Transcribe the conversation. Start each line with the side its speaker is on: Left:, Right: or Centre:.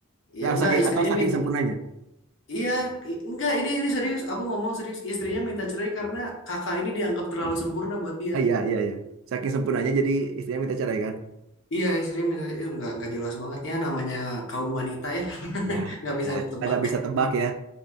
Left: Ya
Right: Nah,
Left: enggak,
Right: saking,
Left: istrinya
Right: atau saking
Left: minta
Right: sempurnanya.
Left: Iya, i- enggak ini ini serius. Aku ngomong serius. Istrinya minta cerai karena kakak ini dianggap terlalu sempurna buat dia.
Right: Ah, iya, iya, iya. Saking sempurnanya jadi istrinya minta cerai kan?
Left: Iya, istrinya minta cerai. itu enggak enggak jelas banget ya namanya kaum wanita ya. <laughs>
Right: Ya,
Left: nggak bisa
Right: ya
Left: ditebak.
Right: kita gak bisa tebak ya.